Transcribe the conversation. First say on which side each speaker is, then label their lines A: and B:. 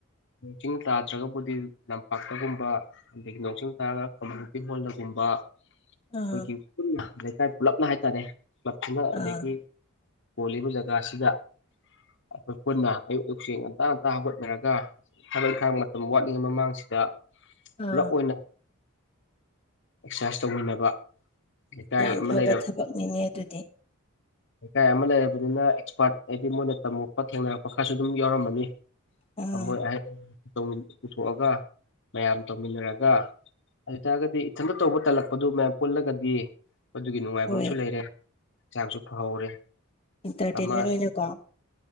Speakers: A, on the left; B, on the left.
A: ꯅꯣꯡ ꯆꯤꯡ ꯇꯥꯗ꯭ꯔꯒꯕꯨꯗꯤ ꯂꯝꯄꯥꯛꯇꯒꯨꯝꯕ ꯑꯗꯒꯤ ꯅꯣꯡ ꯆꯤꯡ ꯇꯥꯔꯒ ꯅꯨꯄꯤ ꯍꯣꯜꯗꯒꯨꯝꯕ ꯑꯩꯈꯣꯏꯒꯤ
B: ꯑꯥ
A: ꯄꯨꯟꯅ ꯂꯩꯀꯥꯏ ꯄꯨꯂꯞꯅ ꯍꯥꯏꯇꯥꯔꯦ ꯄꯛꯇꯨꯅ
B: ꯑꯥ
A: ꯑꯗꯒꯤ ꯀꯣꯜꯂꯤꯕ ꯖꯒꯥꯁꯤꯗ ꯑꯩꯈꯣꯏ ꯄꯨꯟꯅ ꯑꯌꯨꯛ ꯑꯌꯨꯛꯁꯤ ꯉꯟꯇꯥ ꯉꯟꯇꯥ ꯍꯧꯒꯠꯅꯔꯒ ꯊꯕꯛ ꯏꯪꯈꯥꯡ ꯃꯇꯝ ꯋꯥꯠꯂꯤꯉꯩ ꯃꯃꯥꯡꯁꯤꯗ
B: ꯑꯥ
A: ꯄꯨꯂꯞ ꯑꯣꯏꯅ ꯑꯦꯛꯁꯔꯁꯥꯏꯁ ꯇꯧꯃꯤꯟꯅꯕ ꯂꯩꯀꯥꯏ
B: ꯌꯥꯝ
A: ꯑꯃ
B: ꯐꯕ
A: ꯂꯩꯔꯕ
B: ꯊꯕꯛꯅꯤꯅꯦ ꯑꯗꯨꯗꯤ
A: ꯂꯩꯀꯥꯏ ꯑꯃ ꯂꯩꯔꯕꯅꯤꯅ ꯑꯦꯛꯁꯄꯥꯔꯠ ꯍꯥꯏꯗꯤ ꯃꯣꯏꯅ ꯇꯝꯃꯛꯄ ꯊꯦꯡꯅꯔꯛꯄ ꯈꯔꯁꯨ ꯑꯗꯨꯝ ꯌꯥꯎꯔꯝꯃꯅꯤ
B: ꯑꯥ
A: ꯑꯃꯣꯏ ꯑꯍ ꯄꯨꯊꯣꯛꯑꯒ ꯃꯌꯥꯝ ꯇꯧꯃꯤꯟꯅꯔꯒ ꯑꯗꯨ ꯑꯣꯏꯇꯥꯔꯒꯗꯤ ꯏꯊꯟꯇ ꯇꯧꯕ ꯇꯜꯂꯛꯄꯗꯨ ꯃꯌꯥꯝ ꯄꯨꯜꯂꯒꯗꯤ ꯑꯗꯨꯒꯤ ꯅꯨꯡꯉꯥꯏꯕ
B: ꯍꯣꯏ
A: ꯑꯃꯁꯨ ꯂꯩꯔꯦ ꯆꯥꯡꯁꯨ ꯐꯍꯧꯔꯦ
B: ꯑꯦꯟꯇꯔꯇꯦꯟꯃꯦꯟ
A: ꯑꯃ
B: ꯑꯣꯏꯅꯀꯣ